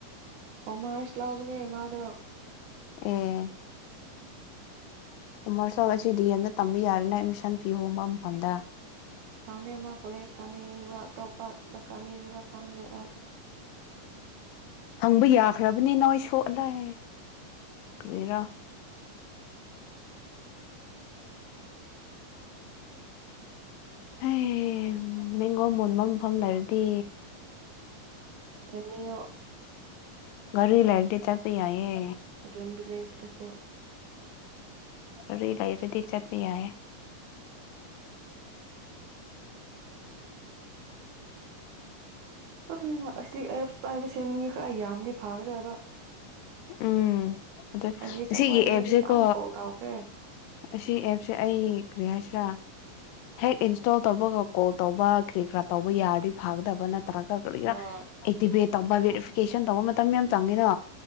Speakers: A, on the right; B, on the left.
A: ꯀꯃꯔꯁ ꯂꯥꯎꯕꯅꯦ ꯃꯥꯗꯣ
B: ꯎꯝ ꯀꯨꯝꯃꯔ ꯁꯒ ꯁꯤꯗꯤ ꯑꯦꯝꯗ ꯇꯝꯕ ꯌꯥꯔꯦꯅ ꯑꯦꯠꯃꯤꯁꯟ ꯐꯤ ꯍꯣꯡꯕ ꯃꯐꯝꯗ
A: ꯑꯅꯦ ꯃꯥ ꯀꯂꯦꯖ ꯀꯅꯤꯡꯕ ꯇꯣꯞ ꯀꯥꯅꯤꯡꯕ ꯀꯥꯝꯂ ꯑꯩ
B: ꯍꯪꯕ ꯌꯥꯈ꯭ꯔꯕꯅꯤ ꯅꯣꯏ ꯁꯣꯂꯑꯦ ꯀꯦꯔꯥ ꯑꯣ ꯍꯌꯦ ꯃꯤꯡꯒꯣꯟ ꯃꯨꯟꯕ ꯃꯐꯝ ꯂꯩꯔꯗꯤ
A: ꯔꯃꯤꯌꯣ
B: ꯒꯥ ꯂꯩꯔꯗꯤ ꯆꯠꯄ ꯌꯥꯏꯌꯦ
A: ꯒꯦꯝꯕꯤꯂꯦꯁ ꯇꯁꯨ
B: ꯔꯤ ꯂꯩꯔꯗꯤ ꯆꯠꯄꯤ ꯌꯥꯌꯦ
A: ꯑꯝ ꯑꯁꯤ ꯑꯁꯤ ꯑꯦ ꯇꯥꯔ ꯄ ꯁꯦꯅꯤ ꯀꯔ ꯌꯥꯝꯗꯤ ꯐꯥꯒ꯭ꯔꯦꯕ
B: ꯎꯝ ꯑꯗꯨ
A: ꯑꯩꯒꯤ
B: ꯑꯁꯤꯒꯤ
A: ꯆꯈꯣꯏꯅꯤꯗꯤ
B: ꯑꯦꯞꯁꯦꯀꯣ
A: ꯌꯥꯝ ꯀꯣꯜ ꯊꯥꯎꯈ꯭ꯔꯦ
B: ꯑꯁꯤ ꯑꯦꯞꯁꯦ ꯑꯩ ꯀꯔꯤ ꯍꯥꯏꯁꯤꯔꯥ ꯍꯦꯛ ꯏꯟꯁꯇꯣꯜ ꯇꯧꯕꯒ ꯀꯣꯜ ꯇꯧꯕ ꯀꯔꯤ ꯀꯔꯥ ꯇꯧꯕ ꯌꯥꯔꯗꯤ ꯐꯥꯒꯗꯕ ꯅꯠꯇ꯭ꯔꯥ ꯭ꯔ ꯀ ꯀꯔ
A: ꯍꯣꯏ
B: ꯏꯗꯤꯕ ꯇꯧꯕ ꯕꯦꯔꯤꯐꯤꯀꯦꯁꯟ ꯇꯧꯕ ꯃꯇꯝ ꯌꯥꯝ ꯆꯪꯉꯤꯅꯣ